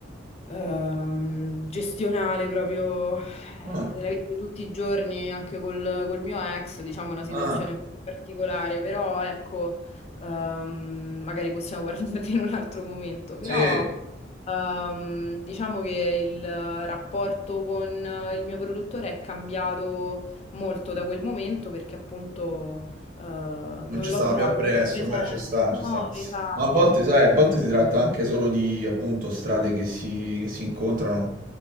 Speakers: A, on the left (about 35°); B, on the right (about 50°).
A: ehm, gestionale proprio eh,
B: Ah,
A: della vita di tutti i giorni, anche col, col mio ex, diciamo una situazione
B: ah,
A: un po' particolare, però ecco, ehm, magari possiamo <laughs> guardarti in un altro momento, però
B: sì.
A: ehm, diciamo che il rapporto con il mio produttore è cambiato molto da quel momento perché appunto eh, non
B: Non ci
A: l'ho
B: stava
A: trovato
B: più appresso,
A: più presente.
B: beh, ci sta, ci
A: No,
B: sta.
A: esatto.
B: Ma a volte, sai, a volte si tratta anche solo di, appunto, strade che si, che si incontrano,